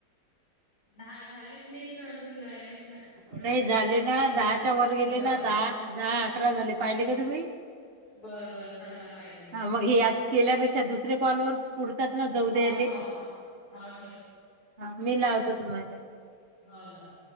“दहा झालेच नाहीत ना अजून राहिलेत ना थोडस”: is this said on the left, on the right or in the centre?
Left